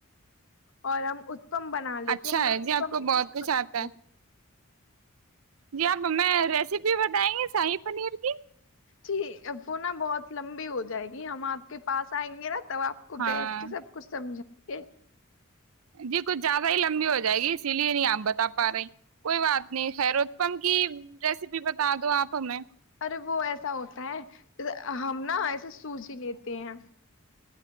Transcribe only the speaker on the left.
اور ہم تو ہم بنا لیتے
ہمیںت
جی وہ نا بہت لمبی ہو جائے گی ہم آپ کے پاس آئیں گے نا تب آپ کو
بیٹھ کے سب کچھ سمجھا کہ
ارے وہ ایسا ہوتا ہے ہم نا ایسے سوجی لیتے ہیں